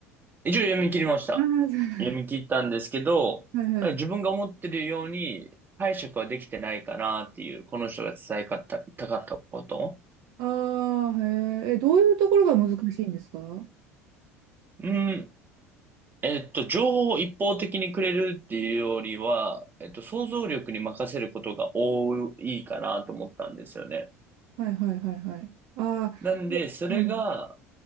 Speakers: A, on the right (about 25°); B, on the right (about 55°).
A: 一応読み切りました。
B: ああ、そう
A: 読み切ったんですけど、
B: はいはい。
A: 自分が思ってるように解釈はできてないかなっていう、この人が伝えかった、たかったこと。
B: ああへえ。え、どういうところが難しいんですかは
A: うん。えっと、情報を一方的にくれるっていうよりは、えっと、想像力に任せることが多いかなと思ったんですよね。
B: いはいはいはい。ああ、
A: なんで、
B: そうはいはい。
A: それが、